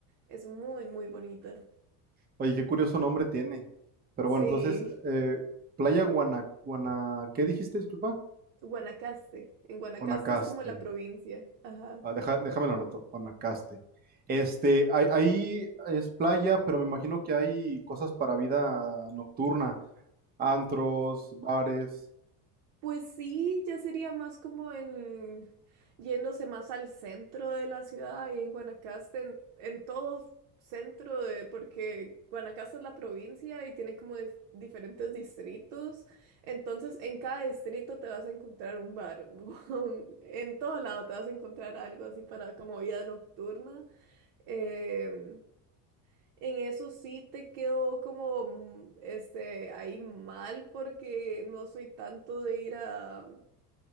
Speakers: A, on the right (about 70°); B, on the right (about 20°).
A: es muy, muy bonita.
B: Oye, qué curioso nombre tiene. Pero
A: Sí,
B: bueno, entonces, eh, Playa Guana, Guana, ¿qué dijiste, disculpa?
A: Guanacaste. En Guanacaste
B: Guanacaste.
A: es como la provincia. Ajá.
B: Ah, deja- déjame lo anoto, Guanacaste. Este, ahí, ahí es playa, pero me imagino que hay cosas para vida nocturna, antros, bares.
A: Pues sí, ya sería más como en yéndose más al centro de la ciudad y en Guanacaste, en, en todo centro de, porque Guanacaste es la provincia y tiene como dif- diferentes distritos. Entonces, en cada distrito te vas a encontrar un bar, <laughs> un- en todo lado te vas a encontrar algo así para como vida nocturna. Em, en eso sí te quedó como mm, este ahí mal porque no soy tanto de ir a